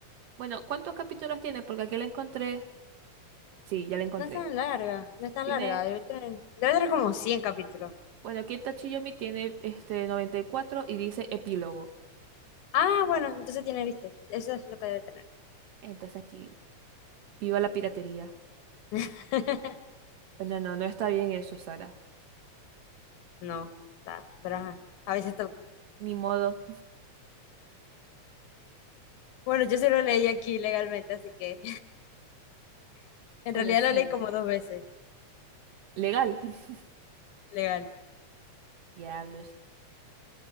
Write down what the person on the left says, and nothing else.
No es tan larga, no es tan
larga. Debe tener, debe tener como cien capítulos.
Ah, bueno, entonces tiene, viste, eso es lo que debe tener.
<laughs>
No, ta- pero ajá, a veces to-
Bueno, yo se lo leí aquí legalmente, así que <laughs> en
realidad
la leí como dos veces,
legal.